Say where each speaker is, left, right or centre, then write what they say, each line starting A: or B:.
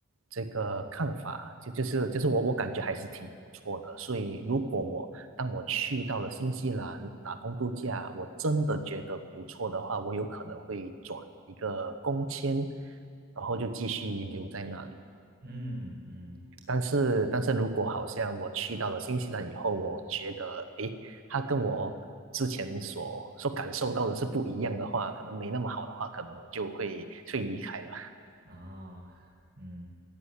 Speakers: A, on the right; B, on the right.
A: 这个看法，就就是就是我我感觉还是挺不错的。所以如果我当我去到了新西兰打工度假，我真的觉得不错的话，我有可能会转一个工签，然后就继续留在那里。
B: 嗯嗯
A: 但是，但是如果好像我去到了新西兰以后，我觉得，诶，它跟我之前所所感受到的是不一样的话，可能没那么好的话，可能我就会会离开了。
B: 啊嗯。